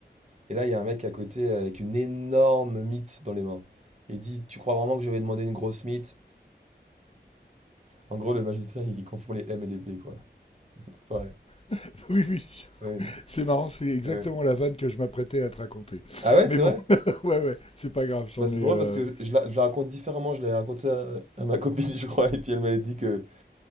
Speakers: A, on the right; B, on the left.
A: Et là il y a un mec à côté avec une énorme mythe dans les mains. Il dit tu crois vraiment que je vais demander une grosse mythe? En gros le magicien il confond les M et les B quoi. <laughs> C'est pareil.
B: <laughs> Oui, oui.
A: Ouais,
B: C'est marrant, c'est exactement
A: ouais.
B: la vanne que je m'apprêtais à te raconter.
A: Ah ouais,
B: Mais
A: c'est
B: bon,
A: vrai?
B: <laughs> ouais, ouais, c'est pas grave, j'en
A: Bah, c'est
B: ai.
A: drôle
B: euh,
A: parce que je la, je la raconte différemment. Je l'ai raconté à, à ma copine, <laughs> je crois, et puis elle m'avait dit que,